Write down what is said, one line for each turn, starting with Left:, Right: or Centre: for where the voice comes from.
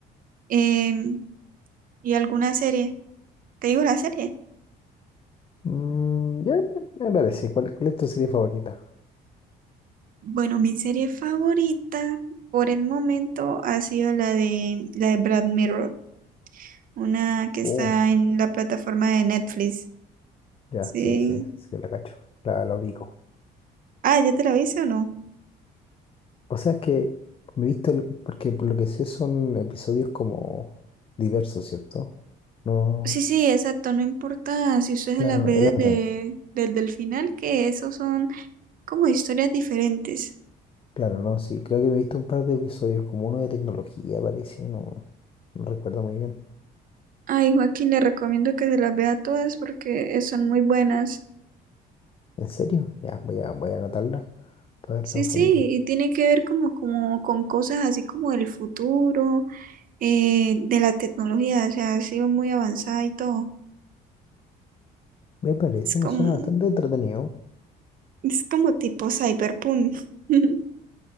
Right: Em, ¿y alguna serie? ¿Te digo la serie?
Left: Mm, ya me me parece. ¿Cuál, cuál es tu serie favorita?
Right: Bueno, mi serie favorita por el momento ha sido la de la de Black Mirror, una que está
Left: Uh,
Right: en la plataforma de Netflix.
Left: ya,
Right: Sí.
Left: sí, sí, sí, la cacho. La, la ubico.
Right: Ah, ¿ya te la viste o no?
Left: O sea, es que me he visto, el- porque por lo que sé son episodios como diversos, ¿cierto? No,
Right: Sí, sí, exacto, no importa si usted
Left: claro,
Right: se las ve
Left: el orden.
Right: desde, desde el final, que esos son como historias diferentes.
Left: Claro, no, sí. Creo que me he visto un par de episodios, como uno de tecnología, parece, no, no recuerdo muy bien.
Right: Ay, Joaquín, le recomiendo que se las vea todas porque eh, son muy buenas.
Left: ¿En serio? Ya, voy a, voy a anotarla para verlo
Right: Sí,
Left: en familia.
Right: sí, y tiene que ver como, como con cosas así como del futuro, eh, de la tecnología, o sea, ha sido muy avanzada y todo.
Left: Me parece,
Right: Es como,
Left: me suena bastante entretenido.
Right: es como tipo cyberpunk. <laughs>